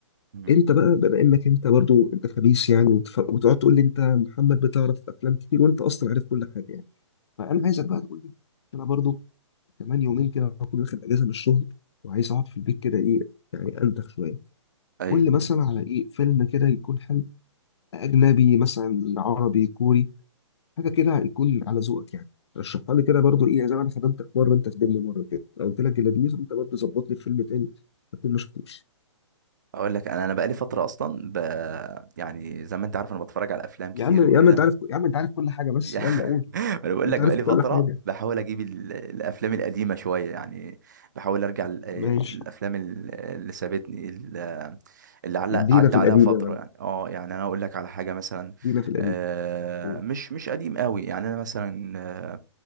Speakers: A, on the right (about 35°); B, on the left (about 60°).
A: مم.
B: انت بقى بما انك انت برضو انت خبيث يعني وتف... وتقعد تقول لي انت محمد بتعرف افلام كتير وانت اصلا عارف كل حاجه يعني فانا عايزك بقى تقول لي انا برضو كمان يومين كده هكون واخد اجازه من الشغل وعايز اقعد في البيت كده ايه يعني انتخ شويه
A: ايوه
B: قول لي مثلا على ايه فيلم كده يكون حلو اجنبي مثلا عربي كوري حاجه كده يكون على ذوقك يعني رشحها لي كده برضو ايه زي ما انا خدمتك مره انت خدمني مره كده لو قلت لك جلاديز انت برضو ظبط لي فيلم تاني اكون ما شفتوش
A: اقول لك انا انا بقالي فترة اصلا ب... يعني زي ما انت عارف انا بتفرج على افلام كتير
B: يا عم
A: وكده
B: يا عم انت عارف يا عم انت عارف كل حاجه بس
A: يعني
B: يلا قول
A: <laughs> ما انا بقول
B: انت
A: لك بقالي
B: عارف كل
A: فتره
B: حاجه
A: بحاول اجيب ال- الافلام القديمه شويه يعني بحاول ارجع ال-
B: ماشي
A: الافلام ال- اللي سابتني ال- اللي علق
B: ادينا
A: عدى
B: في القديم
A: عليها فتره
B: يا معلم
A: يعني اه يعني انا اقول لك على حاجه مثلا
B: ادينا في القديم
A: آه،
B: قول
A: مش مش قديم قوي يعني انا مثلا